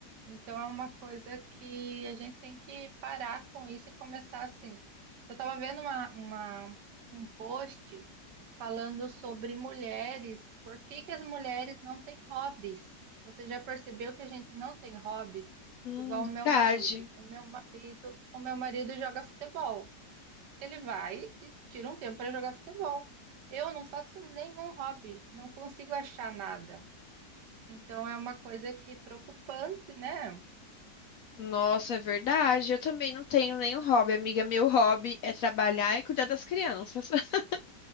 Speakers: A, on the right; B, on the left.
A: Então é uma coisa que a gente tem que parar com isso e começar assim. Eu estava vendo uma, uma- um post falando sobre mulheres, por que que as mulheres não têm hobbies? Você já percebeu que a gente não tem hobbies?
B: Hum,
A: Igual o meu
B: verdade.
A: marido. O meu, o meu marido joga futebol. Ele vai e tira um tempo para jogar futebol. Eu não faço nenhum hobby, não consigo achar nada. Então é uma coisa que preocupante, né?
B: Nossa, é verdade. Eu também não tenho nenhum hobby, amiga. Meu hobby é trabalhar e cuidar das crianças. <laughs>